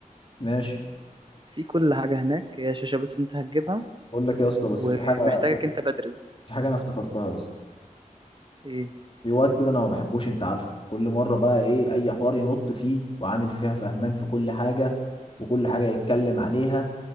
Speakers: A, on the left; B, on the right.
A: ماشي
B: في كل حاجة هناك هي شاشة بس انت هتجيبها
A: بقول لك إيه يا اسطى بس
B: ومحتاجك
A: في حاجه
B: انت بدري
A: في حاجه انا افتكرتها يا اسطى
B: ايه
A: في وقت كده انا ما بحبوش انت عارفه كل مره بقى ايه اي حوار ينط فيه وعامل فيها فهمان في كل حاجه وكل حاجه يتكلم عليها